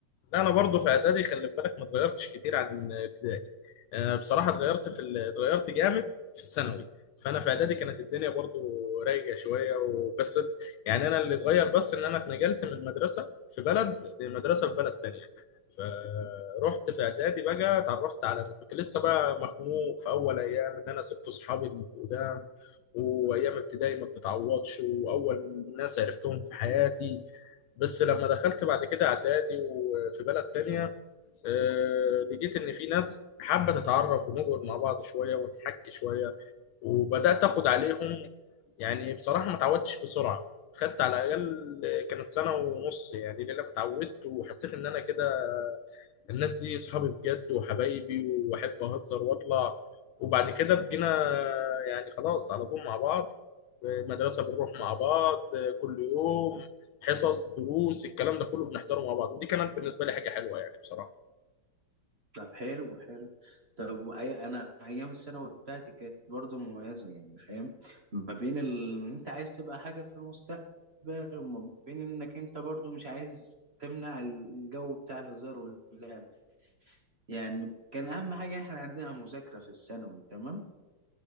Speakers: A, on the left; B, on the right.
A: لا انا برضو في اعدادي خلي بالك ما اتغيرتش كتير عن ابتدائي آه، بصراحه اتغيرت في ال- اتغيرت جامد في الثانوي فانا في اعدادي كانت الدنيا برضو رايقه شويه وبس يعني انا اللي اتغير بس ان انا اتنقلت من مدرسه في بلد لمدرسه في بلد تانية فروحت في اعدادي بقى اتعرفت على كنت لسه بقى مخنوق في اول ايام ان انا سبت اصحابي القدام وايام ابتدائي ما بتتعوضش واول ناس عرفتهم في حياتي بس لما دخلت بعد كده اعدادي وفي بلد تانية آه، لقيت ان في ناس حابة تتعرف ونقعد مع بعض شوية ونحكي شوية وبدأت اخد عليهم يعني بصراحة ما تعودتش بسرعة خدت على الأقل كانت سنة ونص يعني لأن أنا اتعودت وحسيت إن أنا كده الناس دي اصحابي بجد وحبايبي واحب اهزر واطلع وبعد كده بقينا يعني خلاص على طول مع بعض مدرسة بنروح مع بعض كل يوم حصص دروس الكلام ده كله بنحضره مع بعض ودي كانت بالنسبة لي حاجة حلوة يعني بصراحة
B: طب حلو حلو طب وأي- انا ايام الثانوي بتاعتي كانت برضو مميزه يعني فاهم ما بين ال... إن انت عايز تبقى حاجه في المستقبل وما بين انك انت برضو مش عايز تمنع الجو بتاع الهزار واللعب يعني كان اهم حاجه احنا عندنا مذاكره في الثانوي تمام